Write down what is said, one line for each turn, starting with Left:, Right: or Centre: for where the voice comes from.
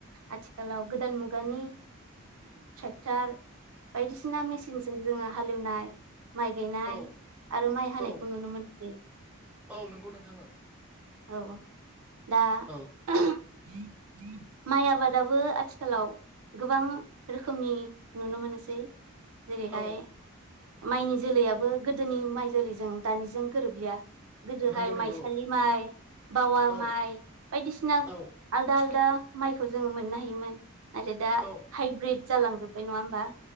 Right: आथिखालाव गोदान मुगानि बायदिसिना मेसिनजों जोङो हालेवनाय ओ माइ गायनाय
Centre: औ
Right: आरो माइ हानायखौ
Centre: औ
Right: नुनो मोनसै
Centre: औ नंगौ नोंथां औ
Right: औ। दा
Centre: औ।
Right: <unintelligible> माइ आबादाबो आथिखालाव गोबां रोखोमनि नुनो मोनोसै। जेरैहाय
Centre: औ
Right: माइनि जोलैयाबो गोदोनि माइ जोलैजों दानिजों गोरोबलिया। गोदोहाय
Centre: नंगौ
Right: माइसालि
Centre: नंगौ
Right: माइ बावा
Centre: औ
Right: माइ बायदिसिना
Centre: औ
Right: आलदा आलदा माइखौ जोङो मोननो हायोमोन नाथाय दा
Centre: औ
Right: हाइब्रिद जालांजोब्बाय नङा होमबा?